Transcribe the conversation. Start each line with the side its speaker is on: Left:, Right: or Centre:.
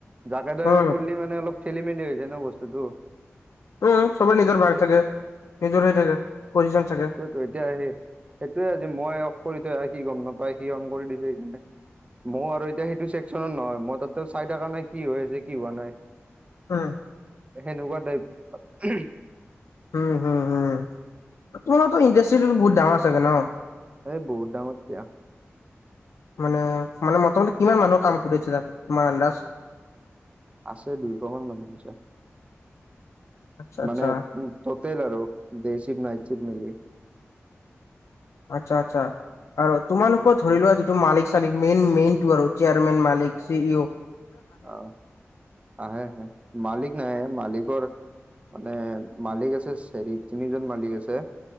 Right: যাকে তাকে
Left: উম
Right: কৰলি মানে অলপ খেলি মেলি হৈ যায় ন বস্তুতটো।
Left: উ, সবেই নিজৰ ভাগ থাকে, নিজৰে থাকে, পজিশন থাকে।
Right: ত, এতিয়া সেই-সেইটোয়ে আজি মই অফ কৰি থৈ অহা সি গম নাপায় সি অন কৰি দিছে সেইকাৰণে মই আৰু এতিয়া সেইটো চেকচনৰ নহয় মই তাতো চাই থকা নাই কি হৈ আছে কি হোৱা নাই।
Left: অ'।
Right: সেনেকুৱা টাইপ
Left: উম, হুম, হুম, তোমাৰতো ইণ্ডাষ্ট্ৰিটো বহুত ডাঙৰ চাগে ন।
Right: এই, বহুত ডাঙৰ দিয়া।
Left: মানে, মানে, মোটামোতি কিমান মানুহ কাম কৰি আছে, তাত তোমাৰ আন্দাজ
Right: আছে, দুইশ মান মানুহ আছে
Left: আচ্ছা আচ্ছা
Right: মানে ততেল আৰু দে চিপ, নাইক চিপ, মিলি
Left: আচ্ছা, আচ্ছা, আৰু তোমালোকৰ ধৰি লোৱা, যিটো মালিক চালিক মেইন মেইন টো আৰু চেয়াৰমেন মালিক চি ইউ
Right: অ', আহে আহে মালিক নাই মালিকৰ মানে মালিক আছে, চেৰি তিনিজন মালিক আছে।